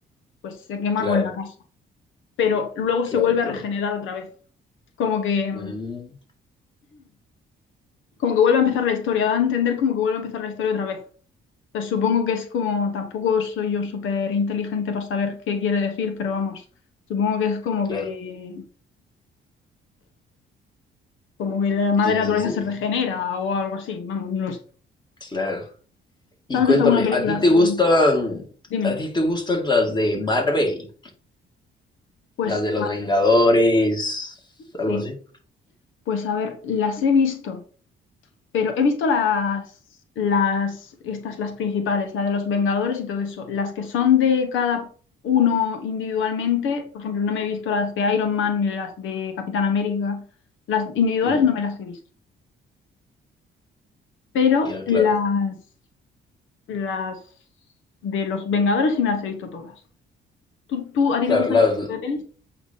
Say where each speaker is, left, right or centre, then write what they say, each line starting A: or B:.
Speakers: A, on the left (about 80°); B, on the left (about 20°).
A: pues se quema
B: Claro,
A: con la casa, pero luego
B: claro,
A: se vuelve
B: claro.
A: a regenerar otra vez, como que, <clears throat>
B: Mm,
A: como que vuelve a empezar la historia, da a entender como que vuelve a empezar la historia otra vez. Entonces supongo que es como, tampoco soy yo súper inteligente para saber qué quiere decir, pero vamos, supongo que es como
B: claro.
A: que, como que la madre
B: Sí,
A: naturaleza
B: sí, sí.
A: se regenera o algo así, vamos, no lo sé.
B: Claro. Y
A: ¿Tú has
B: cuéntame,
A: visto alguna película
B: ¿a ti
A: así?
B: te gustan,
A: Dime.
B: a ti te gustan las de Marvel,
A: Pues,
B: las de los
A: ah,
B: Vengadores,
A: sí.
B: algo así?
A: Pues a ver, las he visto, pero he visto las, las, estas, las principales, la de los Vengadores y todo eso. Las que son de cada uno individualmente, por ejemplo, no me he visto las de Iron Man ni las de Capitán América. Las individuales
B: Mm,
A: no me las he visto, pero
B: ya,
A: las,
B: claro,
A: las de los Vengadores sí me las he visto todas. ¿Tú, tú, a ti
B: claro,
A: te gustan
B: las,
A: ese tipo de pelis?